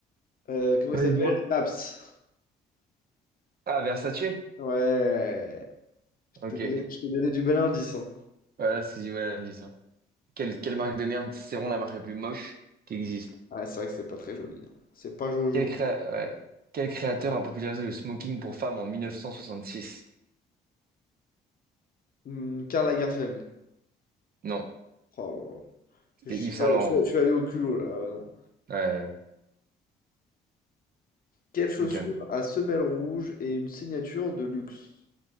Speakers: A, on the left (about 45°); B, on the right (about 50°).
A: euh, comment
B: Allez,
A: il s'appelle?
B: dis-moi.
A: Naps.
B: Ah, Versace?
A: Ouais. Je
B: Ok.
A: t'ai donné, je t'ai donné du bel indice. hein.
B: Voilà, c'est du mal à dire, ça. Quelle, quelle marque de merde? C'est vraiment la marque la plus moche qui existe.
A: Ouais, c'est vrai que c'est pas très joli. hein. C'est pas Jojo.
B: Quel, créa- ouais. Quel créateur a popularisé le smoking pour femmes en 1966?
A: Hmm, Karl Lagerfeld.
B: Non,
A: Oh là là.
B: c'était
A: Je
B: Yves
A: suis,
B: Saint-Laurent.
A: je- je suis allé au culot là. Ah ouais, non.
B: Ouais,
A: Quelle chaussure
B: au calme.
A: à semelle rouge et une signature de luxe?